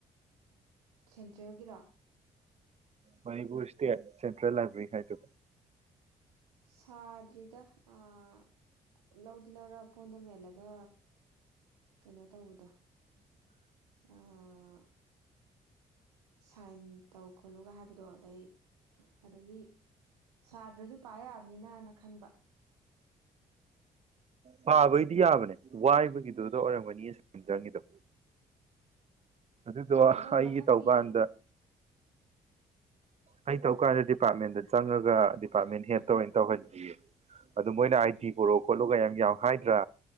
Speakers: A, on the right; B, on the right.
A: ꯁꯦꯟꯇ꯭ꯔꯦꯜꯒꯤꯔꯣ
B: ꯃꯅꯤꯄꯨꯔ ꯏꯁꯇꯦꯠ ꯁꯦꯟꯇ꯭ꯔꯦꯜ ꯂꯥꯏꯕ꯭ꯔꯦꯔꯤ ꯍꯥꯏꯗꯨ
A: ꯁꯥꯗ꯭ꯔꯤꯗ ꯑꯥ ꯂꯧꯗꯤ ꯂꯧꯔ ꯐꯣꯝꯗꯣ ꯃꯦꯜꯂꯒ ꯀꯩꯅꯣ ꯇꯧꯕꯗꯣ
B: <inaudible>
A: ꯑꯥ ꯁꯥꯏꯟ ꯇꯧ ꯈꯣꯠꯂꯨꯒ ꯍꯥꯏꯕꯗꯣ ꯑꯗꯩ ꯑꯗꯒꯤ ꯁꯥꯗ꯭ꯔꯗꯨ ꯄꯥ ꯌꯥꯕꯅꯤꯅ ꯅ ꯈꯟꯕ
B: ꯄꯥꯕꯩꯗꯤ ꯌꯥꯕꯅꯦ ꯋꯥꯏꯕꯒꯤꯗꯨꯗ ꯑꯣꯏꯔꯝꯒꯅꯤ ꯁꯥꯢꯟ ꯆꯪꯉꯤꯗꯣ ꯑꯗꯨꯗꯣ ꯑꯩꯒꯤ
A: ꯑꯗꯣ ꯃꯊꯛꯀꯤ
B: ꯇꯧꯀꯥꯟꯗ ꯑꯩ ꯇꯧ
A: ꯍꯥꯏꯔꯣ
B: ꯀꯥꯟꯗ
A: ꯍꯥꯏꯔꯣ
B: ꯗꯤꯄꯥꯔꯠꯃꯦꯟꯗ ꯆꯪꯉꯒ ꯗꯤꯄꯥꯔꯠꯃꯦꯟ ꯍꯦꯠꯇꯥ ꯑꯣꯢꯅ ꯇꯧꯍꯟꯈꯤꯌꯦ ꯑꯗꯨ ꯃꯣꯏꯅ ꯑꯥꯏ ꯗꯤ ꯄꯨꯔꯛꯑꯣ ꯈꯣꯠꯂꯣꯒ ꯌꯥꯝ ꯌꯥꯝ ꯍꯥꯏꯗ꯭ꯔꯥ